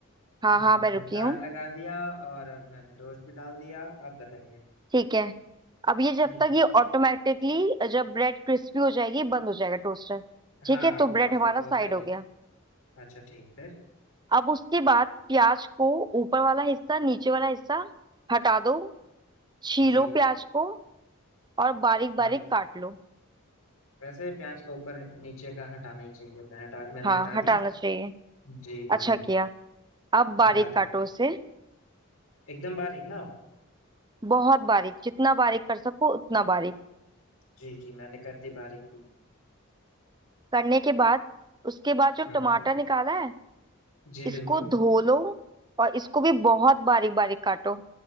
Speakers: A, on the right; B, on the left.
A: हाँ
B: हाँ
A: हाँ मैं
B: मैंने
A: रुकी
B: तार
A: हूँ
B: लगा दिया और अब मैंने टोस्ट भी डाल दिया आप बताइए
A: ठीक है अब ये जब
B: जी
A: तक ये ऑटोमेटिकली जब ब्रेड क्रिस्पी हो जाएगी बंद हो जाएगा टोस्टर
B: हाँ
A: ठीक है
B: हाँ
A: तो
B: ऑफ कोर्स
A: ब्रेड हमारा
B: वो तो
A: साइड
B: होता ही
A: हो
B: है
A: गया
B: अच्छा ठीक फिर
A: अब उसके बाद प्याज को ऊपर वाला हिस्सा नीचे वाला हिस्सा हटा दो छीलो
B: जी
A: प्याज को और बारीक बारीक
B: हाँ
A: काट लो
B: वैसे प्याज को ऊपर नीचे का हटाना ही चाहिए मैं हटा मैंने
A: हाँ
B: हटा
A: हटाना
B: दी
A: चाहिए
B: जी बिल्कुल
A: अच्छा किया अब बारीक
B: हटा दी
A: काटो उसे
B: एकदम बारीक ना हो।
A: बहुत बारीक जितना बारीक कर सको उतना बारीक
B: जी जी मैंने कर दी बारीक दी
A: करने के बाद उसके बाद जो
B: हाँ
A: टमाटर
B: हाँ
A: निकाला है
B: जी
A: इसको
B: बिल्कुल
A: धो लो और इसको भी बहुत बारीक बारीक काटो